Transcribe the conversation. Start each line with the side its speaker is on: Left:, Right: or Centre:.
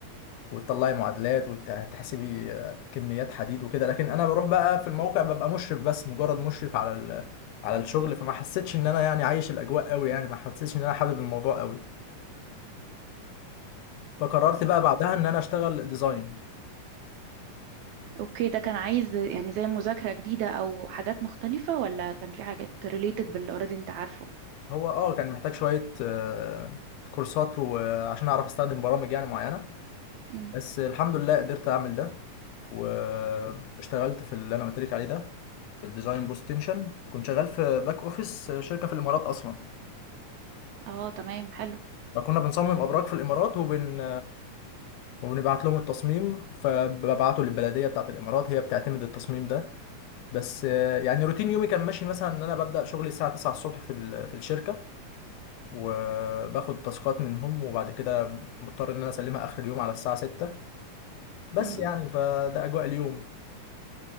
Left: وتطلعي معادلات وتحسبي كميات حديد وكده لكن انا بروح بقى في الموقع ببقى مشرف بس مجرد مشرف على ال... على الشغل فما حسيتش ان انا يعني عايش الاجواء قوي يعني ما حسيتش ان انا حابب الموضوع قوي فقررت بقى بعدها ان انا اشتغل ديزاين
Right: اوكي ده كان عايز يعني زي مذاكرة جديدة او حاجات مختلفة ولا كان في حاجات related باللي already انت عارفه
Left: هو اه كان محتاج شويه آه، كورسات وعشان اعرف استخدم برامج يعني معينه
Right: مم.
Left: بس الحمد لله قدرت اعمل ده واشتغلت في اللي انا قلت لك عليه ده في الديزاين بوست تنشن كنت شغال في باك اوفيس شركه في الامارات اصلا
Right: اه تمام حلو
Left: فكنا بنصمم ابراج في الامارات وبن وبنبعت لهم التصميم فببعته للبلديه بتاعه الامارات هي بتعتمد التصميم ده بس يعني روتين يومي كان ماشي مثلا ان انا ببدا شغلي الساعه 9 الصبح في ال- في الشركه وباخد تاسكات منهم وبعد كده مضطر ان انا اسلمها اخر اليوم على الساعه 6 بس
Right: مم.
Left: يعني فده اجواء اليوم